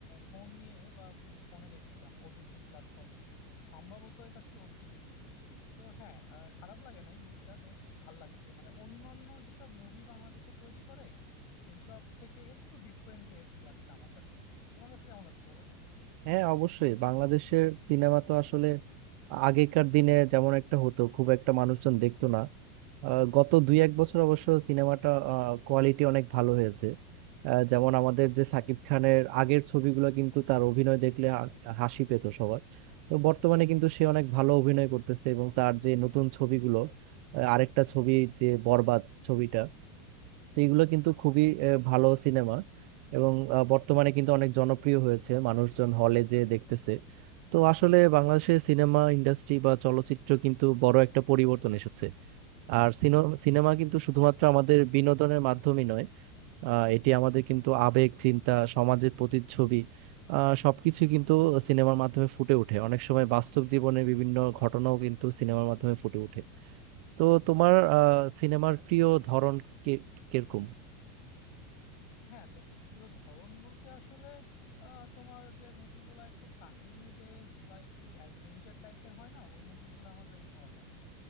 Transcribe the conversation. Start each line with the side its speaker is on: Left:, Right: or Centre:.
Left: ফোন নিয়ে বা ওই যে ফোনে দেখছিলাম ওটিটি প্ল্যাটফর্মে সম্ভবত এটা চরকিতে তো হ্যাঁ আহ, খারাপ লাগে নাই মুভিটা বেশ ভাল লাগছে মানে অন্যান্য যেসব মুভি বাংলাদেশে তৈরি করে সেই সব থেকে একটু ডিফারেন্ট টেস্ট লাগছে আমার কাছে তোমার কাছে কেমন লাগছে বলো তো
Right: হ্যাঁ অবশ্যই বাংলাদেশের সিনেমা তো আসলে আগেকার দিনে যেমন একটা হতো খুব একটা মানুষজন দেখতো না আহ, গত দুই এক বছর অবশ্য সিনেমাটা কোয়ালিটি অনেক ভালো হয়েছে আহ, যেমন আমাদের যে সাকিব খানের আগের ছবিগুলো কিন্তু তার অভিনয় দেখলে হা- হাসি পেত সবার তো বর্তমানে কিন্তু সে অনেক ভালো অভিনয় করতেছে এবং তার যে নতুন ছবিগুলো আহ, আরেকটা ছবি যে বরবাদ ছবিটা তো এগুলো কিন্তু খুবই আহ, ভালো সিনেমা এবং আহ, বর্তমানে কিন্তু অনেক জনপ্রিয় হয়েছে মানুষজন হলে যে দেখতেছে তো আসলে বাংলাদেশের সিনেমা ইন্ডাস্ট্রি বা চলচ্চিত্র কিন্তু বড় একটা পরিবর্তন এসেছে আর সিনো- সিনেমা কিন্তু শুধুমাত্র আমাদের বিনোদনের মাধ্যমই নয় আহ, এটি আমাদের কিন্তু আবেগ চিন্তা সমাজের প্রতিচ্ছবি আহ, সবকিছু কিন্তু সিনেমার মাধ্যমে ফুটে ওঠে অনেক সময় বাস্তব জীবনের বিভিন্ন ঘটনাও কিন্তু সিনেমার মাধ্যমে ফুটে ওঠে তো তোমার আহ, সিনেমার প্রিয় ধরন কে- কিরকম
Left: হ্যাঁ তো প্রিয় ধরন বলতে আসলে আহ, তোমার যে মুভিগুলো একটু কাহিনী বেসড বা একটু অ্যাডভেঞ্চার টাইপের হয় না ওই মুভিগুলো আমার বেশ ভালো লাগে